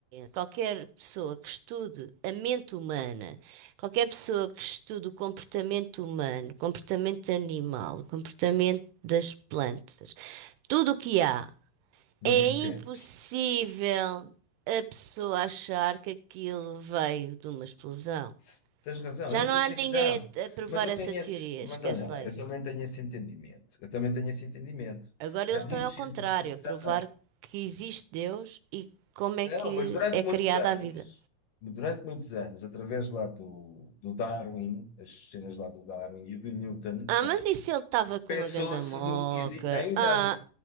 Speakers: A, on the right (about 80°); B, on the left (about 65°).
A: Qualquer pessoa que estude a mente humana, qualquer pessoa que estude o comportamento humano, o comportamento animal, o comportamento das plantas, tudo o que há.
B: dos
A: É
B: incêndios.
A: impossível a pessoa achar que aquilo veio de uma explosão.
B: Se- Tens razão,
A: Já
B: eu não
A: não
B: estou
A: há
B: a dizer
A: ninguém
B: que não,
A: a, a provar
B: mas eu
A: essa
B: tenho
A: teoria,
B: esse, mas
A: esquece
B: olha lá,
A: lá
B: eu
A: isso.
B: também tenho esse entendimento. Eu também tenho esse entendimento.
A: Agora
B: E
A: eles
B: há muitos
A: estão ao
B: cientistas
A: contrário,
B: que
A: a provar
B: já têm.
A: que existe Deus e como é
B: Não,
A: que
B: mas durante
A: é
B: muitos
A: criada
B: anos,
A: a vida.
B: durante muitos anos, através lá do, do Darwin, as cenas lá do Darwin e do Newton,
A: Ah, mas e se ele estava com
B: pensou-se
A: uma ganda moca?
B: no. exi- Ainda
A: Ah,